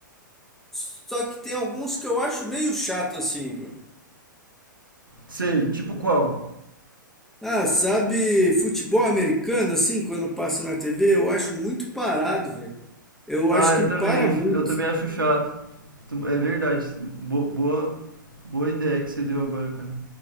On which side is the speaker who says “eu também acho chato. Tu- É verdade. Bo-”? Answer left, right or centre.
Right